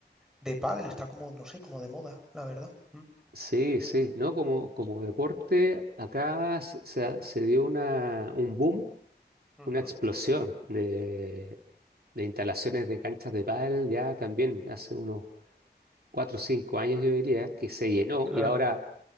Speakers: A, in the centre; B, on the right (about 60°).
A: de pádel, está como, no sé, como de moda, la verdad. Mm.
B: Sí, sí, ¿no? Como, como deporte, acá se, se dio una, un boom
A: Ujú.
B: una explosión de, de instalaciones de canchas de pádel ya también hace unos cuatro o cinco años yo diría que se llenó
A: Claro.
B: y ahora